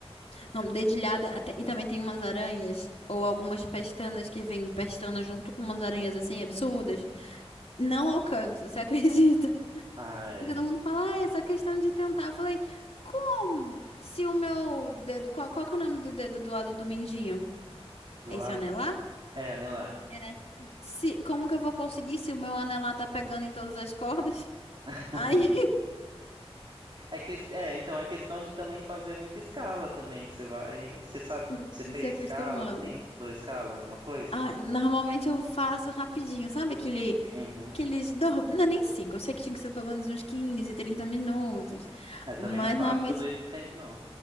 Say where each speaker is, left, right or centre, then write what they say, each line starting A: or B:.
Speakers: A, on the left; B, on the right.
A: Não, dedilhada, até- e também tem umas aranhas, ou algumas pestanas que vêm pestana junto com umas aranhas, assim, absurdas. Não alcanço, você <laughs> acredita?
B: Ah, é.
A: E todo mundo fala, ah, é só questão de tentar. Eu falei, como? Se o meu dedo. Qual, qual que é o nome do dedo do lado do mindinho?
B: Do
A: É
B: lado.
A: esse anelar?
B: É, anelar.
A: É, né? Se, como que eu vou conseguir se o meu anelar tá pegando em todas as cordas?
B: <laughs>
A: Aí,
B: É, que... é, então, é questão de também fazer muita escala também, que você vai. Você sabe,
A: <laughs>
B: você fez
A: se acostumando.
B: escala, sim, estudou escala, alguma coisa?
A: Ah, normalmente eu faço rapidinho, sabe aquele.
B: Uhum.
A: Aqueles. do- Não, é nem cinco. Eu sei que tinha que ser pelo menos uns 15, 30 minutos.
B: Eu
A: Mas
B: também não faço
A: normalmente.
B: tudo isso o tempo, não.